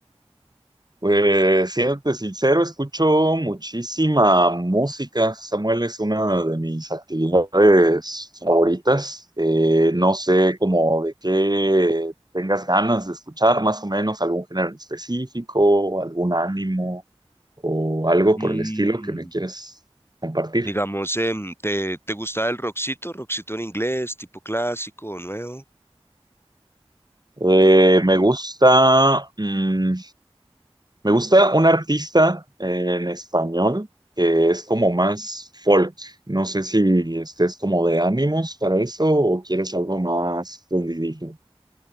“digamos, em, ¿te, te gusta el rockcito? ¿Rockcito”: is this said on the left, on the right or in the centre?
Left